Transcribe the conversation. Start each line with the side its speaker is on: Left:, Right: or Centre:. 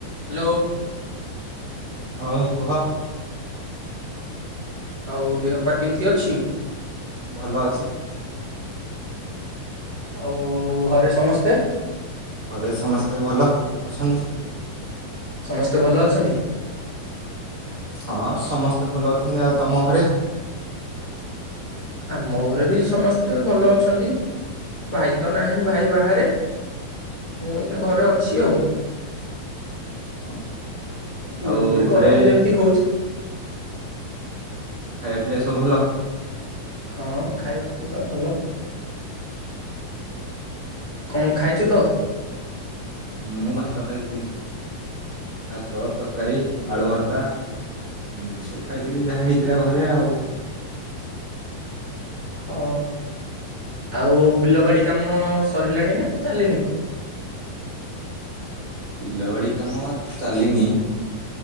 Left: Hello.
Right: ହଁ ଭାଇ କୁହ।
Left: ଆଉ ଦେହପା କେମିତି ଅଛି?
Right: ଭଲ ଅଛି।
Left: ଆଉ ଘରେଏଏ ସମସ୍ତେ?
Right: ଘରେ ସମସ୍ତେ ଭଲ ଅଛନ୍ତି?
Left: ସମସ୍ତେ ଭଲ ଅଛନ୍ତି।
Right: ହଁ ସମସ୍ତେ ଭଲ ଅଛନ୍ତି। ଆଉ ତମ ଘରେ?
Left: ଆମ ଘରେ ବି ସମସ୍ତେ ଭଲ ଅଛନ୍ତି ଭାଇ ତ ନାହିଁ ଭାଇ ବାହାରେ ମୁଁ ଏଇନା ଘରେ ଅଛି ଆଉ।
Right: ଓହୋ।
Left: ଗୁଳୁଗୁଳି
Right: ଆଉ ଘରେ
Left: ଗରମ ଯେମିତି ହଉଛି।
Right: ଖ ପିଆ ସବୁ ଭଲ?
Left: ହଁ ଖାଇବା ପିଇବା ଭଲ। କଣ ଖାଇଛୁ ତ
Right: ମୁଁ ଭାତ ଖାଇଥିଲି। ଭାତ ତରକାରୀ ଆଳୁ ଭର ତା ଏମିତି ସବୁ ଖାଇଥିଲି ଯାହା ହେଇଥିଲା ଘରେ ଆଉ।
Left: ହଁ ଆଉ ବିଲ ବାଡି କାମ ସରିଲାଣି ନା ଚାଲିନି?
Right: ବିଲବାଡି କାମ ଚାଲିନି